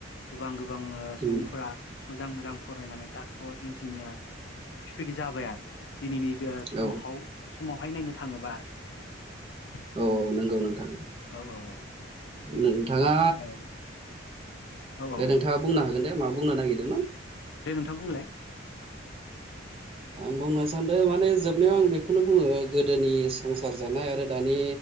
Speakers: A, on the left; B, on the right.
A: गोबां गोबां ओ सुबुंफोरा
B: उम
A: मोजां मोजां फरायनानै डक्टर इन्जिनियार बेफोरबायदि जाबाय आरो दिनैनि बे समहाव
B: औ
A: समावहाय नायनो थाङोबा आरो
B: औ औ नंगौ नोंथां
A: औ औ औ
B: नोंथाङा
A: औ औ
B: दे
A: औ
B: नोंथाङा
A: औ
B: बुंनो हागोन दे मा बुंनो नागिरदोंमोन
A: थां बुंलाय
B: आं बुंनो सानदो माने जोबनायाव आं बेखौनो बुङो गोदोनि संसार जानाय आरो दानि